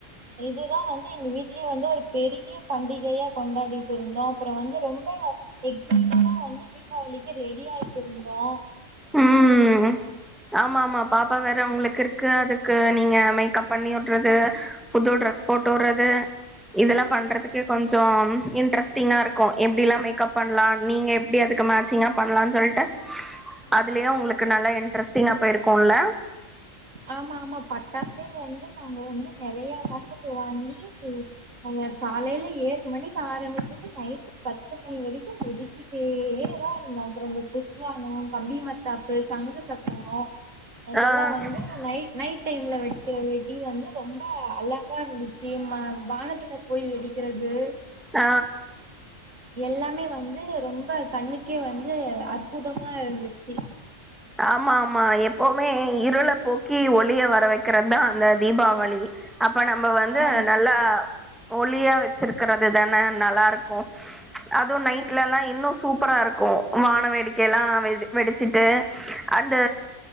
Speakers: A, on the right (about 70°); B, in the centre.
A: இதுதா வந்து எங்க வீட்லயே வந்து ஒரு பெரிய பண்டிகையா கொண்டாடிட்டு இருந்தோ அப்புற வந்து ரொம்ப எக்சைடட்டா வந்து தீபாவளிக்கு ரெடி ஆயிட்டு இருந்தோ
B: ம் ஆமா ஆமா பாப்பா வேற உங்களுக்கு இரு க்கு அதுக்கு நீங்க மேக்கப் பண்ணி வுடுறது புது ட்ரெஸ் போட்டு வுடுறது இதெல்லா பண்றதுக்கு கொஞ்சோ இன்ட்ரெஸ்டிங்கா இருக்கு இப்டிலா மேக்கப் பண்லா நீங்க எப்டி அதுக்கு மேச்சிங்கா பண்லா சொல்ட்டு அதுலயே உங்களுக்கு நல்லா இன் டரெஸ்சிங் அப்ப இருக்கோல
A: ஆமா ஆமா பட்டாசே வந்து நாங்க வந்து நெறைய காசுக்கு வாங்கி இ அங்க காலைல ஏழு மணிக்கு ஆரம்பிச்சுட்டு நைட்டு பத்து மணி வரைக்கு வெடிச்சு டுதே தா இருந்தோ அப்ற இந்த புஸ்வானோ கம்பி மத்தாப்பு சங்கு சக்கரோ அதல்லா
B: ஆ
A: வந்து நை நைட் டைம்ல வெடிக்கிறது வெடி வந்து ரொம்ப அழகா இருந்துச்சு வ வானத்துல போய் வெடிக்கிறது
B: ஆ
A: எல்லாமே வந்து ரொம்ப கண்ணுக்கே வந்து அற்புதமா இருந்துச்சு
B: ஆமா ஆமா எப்பவுமே இருள போக்கி ஒளிய வர வைக்கிறதா அந்த தீபாவளி அப்ப நம்ப வந்து
A: ஆமா
B: நல்லா ஒளியா வெச்சிருக்கறது தானே நல்லா இருக்கு அதுவு நைட்ல எல்லா இன்னு சூப்பரா இருக்கு வான வேடிக்கை எல்லா வெடி வெடிச்சிட்டு அந்த